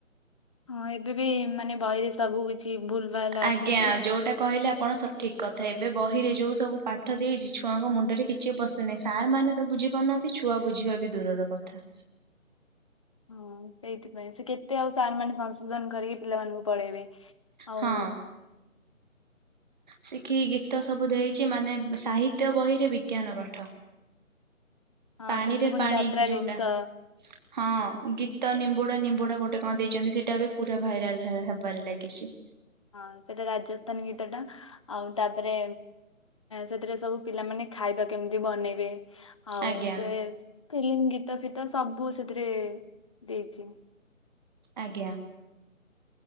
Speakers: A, on the left (about 25°); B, on the right (about 35°).
A: ହଁ ଏବେ ବି ମାନେ ବହିରେ ସବୁ କିଛି ଭୁଲ ଭାଲ
B: ଆଜ୍ଞା
A: ଆସୁଛି।
B: ଯୋଉଟା କହିଲେ ଆପଣ ସ ଠିକ କଥା ଏବେ ବହିରେ ଯୋଉ ସବୁ ପାଠ ଦେଇଛି ଛୁଆଙ୍କ ମୁଣ୍ଡରେ କିଛି ପଶୁନାହିଁ ସାର୍ ମାନେ ତ ବୁଝିପାରୁନାହାନ୍ତି। ଛୁଆ ବୁଝିବା ବି ଦୂରର କଥା।
A: ହଁ ସେଇଥିପାଇଁ ସେ କେତେ ଆଉ ସାର ମାନେ ସଂଶୋଧନ କରିକି ପିଲାମାନଙ୍କୁ ପଢେଇବେ। ଆଉ
B: ହଁ। ସେ କି ଗୀତ ସବୁ ଦେଇଛି ମାନେ ସାହିତ୍ୟ ବହିରେ ବିଜ୍ଞାନ ପାଠ।
A: ହଁ
B: ପାଣି
A: ସେଥିରେ
B: ରେ
A: ପୁଣି
B: ପାଣି
A: ଯାତ୍ରା
B: ଯୋଉଟା।
A: ଜିନିଷ
B: ହଁ ଗୀତ ନିମ୍ବୁଡା ନିମ୍ବୁଡା ଗୋଟେ କଣ ଦେଇଛନ୍ତି ସେଇଟା ବି ପୁରା ଭାଇରାଲ ହେବାରେ ଲାଗିଛି।
A: ହଁ ସେଇଟା ରାଜସ୍ଥାନ ଗୀତ ଟା ଆଉ ତାପରେ ସେଥିରେ ସବୁ ପିଲାମାନେ ଖାଇବା କେମିତି ବନେଇବେ ଆଉ
B: ଆଜ୍ଞା
A: ସେ ଫିଲ୍ମ ଗୀତ ପିତ ସବୁ ସେଥିରେ ଦେଇଛି।
B: ଆଜ୍ଞା।